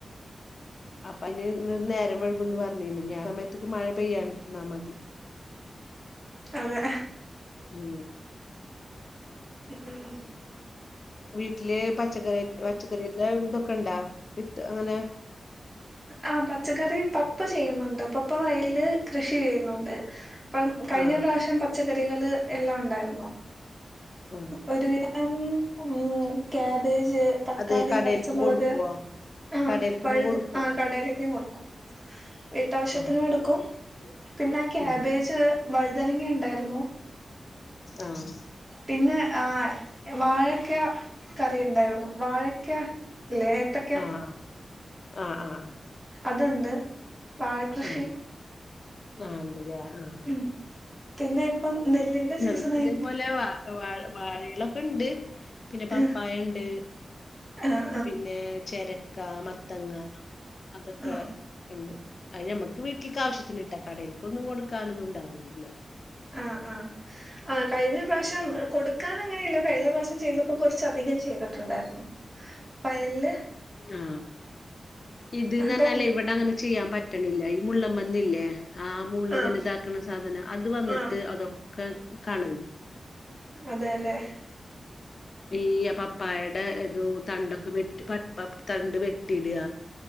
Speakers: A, on the left; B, on the right.
A: അപ്പൊ അതിന് നേരം വഴകുംന്ന് പറഞ്ഞിട്ടണ്ട് ഞാൻ സമയത്തേക്ക് മഴ പെയ്യാണ്ടിരുന്നാൽ മതി
B: അതെ
A: ഉം
B: ഉം
A: വീട്ടില് പച്ചക്കറി പച്ചക്കറിയക്കാ ഇതൊക്കെ ഇണ്ടാ വിത്ത് അങ്ങനെ
B: ആഹ പച്ചക്കറി പപ്പ ചെയ്യുന്നുണ്ട് പപ്പ വയലില് കൃഷി ചെയ്യുന്നുണ്ട്. ഇപ്പം കഴിഞ്ഞ
A: ആഹ്
B: പ്രാവശ്യം പച്ചക്കറികള് എല്ലാം ഉണ്ടായിരുന്നു.
A: ഉം
B: ഒരുവിധം ഉ ക്യാബേജ്, തക്കാളി,
A: അത് കടേൽക്ക്
B: പച്ചമുളക്,
A: കൊടുക്കുവോ
B: ആഹ്
A: കടേൽക്കൊക്കെ
B: പഴുത്
A: കൊടുക്കുവോ
B: ആ കടെലേക്കും കൊടുക്കും വീട്ടാവശ്യത്തിനും
A: ആഹ്
B: എടുക്കും. പിന്നെ ക്യാബേജ്,
A: ഉം
B: വഴുതനങ്ങ, ഉണ്ടായിരുന്നു.
A: ആഹ്
B: പിന്നെ വാഴക്ക കറി ഉണ്ടായിരുന്നു വാഴക്ക ലേ എത്ത
A: ആഹ് ആഹങ ആഹ്
B: അതുണ്ട് വാഴകൃഷി
A: ആഹ് ആഹ് ഉണ്ടല്ലേ ആഹ്
B: ഉം പിന്നെ ഇപ്പം നെല്ലിന്റെ സീസൺ
A: ഞങ്ങക്കും
B: ആയിട്ട്
A: ഇതേപോലെ വാ വാഴ വാഴകളൊക്കെണ്ട് പിന്നെ പപ്പായണ്ട്,
B: ആഹ് ആഹ്
A: പിന്നെ ചിരക്ക, മത്തങ്ങ. അതൊക്കെണ്ട്
B: ആഹ്
A: അതിന് ഞമ്മക്ക് വീട്ടിലക്ക് ആവശ്യത്തിന്ണ്ട് കടയിൽക്കൊന്നും കൊടുക്കാനൊന്നും ഉണ്ടാവുല്ല.
B: ആഹ് ആഹ് ആഹ് കഴിഞ്ഞ പ്രാവശ്യം കൊടുക്കാൻ അങ്ങനെയില്ല കഴിഞ്ഞ പ്രാവശ്യം ചെയ്യതപ്പോ കുറച്ച് അധികം ചെയ്തിട്ടുണ്ടായിരുന്നു. വയലില്
A: ആ ഇത്ന്ന് എന്ന്
B: അപ്പൊ
A: പറഞ്ഞാലേ ഇവിടെ അങ്ങനെ ചെയ്യാൻ പ പിന്നെല്ലേ ഈ മുള്ള പന്നില്ലേ ആ മുള്ള്
B: ആഹ്
A: ഇങ്ങനെ ഇതാക്കണ സാധനം അത് വന്നിട്ട്
B: ആഹ്
A: അതൊ <unintelligible> കളയും
B: അതേല്ലേ
A: ഈ പപ്പായയുടെ ഇത് തണ്ടൊക്കെ വെട്ടി പപ്പ പ തണ്ട് വെട്ടിയിടുക